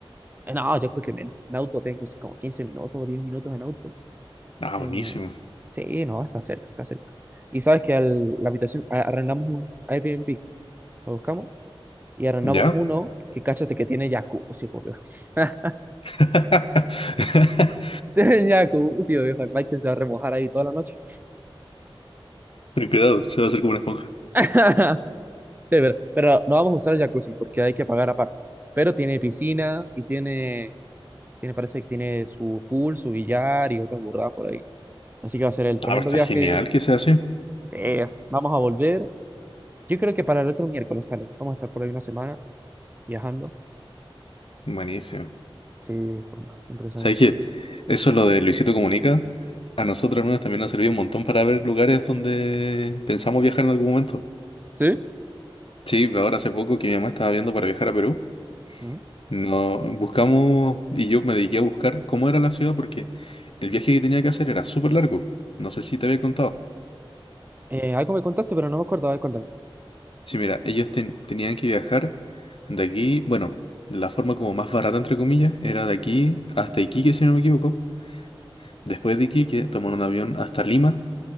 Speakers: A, on the right (about 20°); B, on the left (about 70°).
A: Eh, No, yo creo que menos. En auto tengo que ser como 15 minutos o 10 minutos en auto.
B: Ah,
A: Eh,
B: buenísimo.
A: sí, no, está cerca, está cerca. Y sabes que al- la habitación, a- arrendamos un Airbnb, lo buscamos y arrendamos
B: ya
A: uno que cáchate que tiene jacuzzi, por Dios. <laughs>
B: <laughs>
A: Tiene jacuzzi, obvio. Michael se va a remojar ahí toda la noche.
B: Ten cuidado, se va a hacer como una esponja.
A: <laughs> Sí, pero, pero no vamos a usar el jacuzzi porque hay que pagar aparte. Pero tiene piscina y tiene, tiene, parece que tiene su pool, su billar y otras burradas por ahí. Así que va a ser el tremendo
B: Ah, pero está
A: viaje.
B: genial que sea así.
A: Sí. Vamos a volver. Yo creo que para el otro miércoles, tal vez. Vamos a estar por ahí una semana viajando.
B: Buenísimo.
A: Sí, compa, impresionante.
B: ¿Sabes qué? Eso es lo de Luisito Comunica. A nosotros al menos también nos sirvió un montón para ver lugares donde pensamos viajar en algún momento.
A: ¿Sí?
B: Sí, ahora hace poco que mi mamá estaba viendo para viajar a Perú,
A: ¿Mm?
B: no buscamos y yo me dediqué a buscar cómo era la ciudad porque el viaje que tenía que hacer era súper largo. No sé si te había contado.
A: Eh, algo me contaste, pero no me acordaba de contarme.
B: Sí, mira, ellos ten- tenían que viajar de aquí, bueno, la forma como más barata, entre comillas, era de aquí hasta Iquique, si no me equivoco. Después de Iquique, tomar un avión hasta Lima.